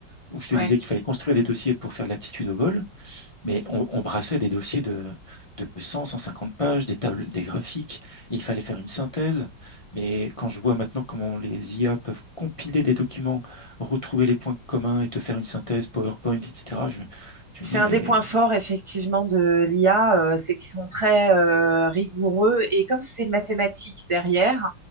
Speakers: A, on the left (about 60°); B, on the right (about 25°).
A: où je te
B: ouais.
A: disais qu'il fallait construire des dossiers pour faire l'aptitude au vol. Mais on, on brassait des dossiers de, de 100, 150 pages, des tables, des graphiques. et il fallait faire une synthèse. Mais quand je vois maintenant comment les IA peuvent compiler des documents, retrouver les points communs et te faire une synthèse PowerPoint, etc., je, me je
B: C'est
A: me dis,
B: un
A: mais
B: des points forts effectivement de l'IA, euh, c'est qu'ils sont très euh, rigoureux et comme c'est mathématique derrière,